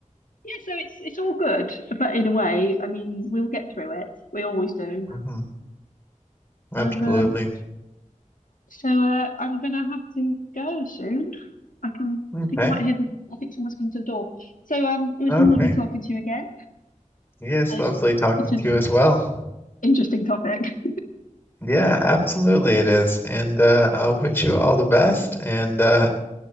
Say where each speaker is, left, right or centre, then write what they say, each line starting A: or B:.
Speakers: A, on the left; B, on the left.
A: yeah, so it's it's all good. But in a way, I mean, we'll get through it. We always do.
B: hmm Absolutely.
A: And um, so uh, I'm gonna have to go soon. I can I
B: Okay,
A: think I might hear the. I think someone's coming to the door. So um, it was
B: okay.
A: lovely talking to you again,
B: Yes,
A: and
B: lovely
A: it's
B: talking
A: it's an
B: to you as well.
A: interesting topic.
B: Yeah, absolutely it is. And uh, I'll wish you all the best and uh,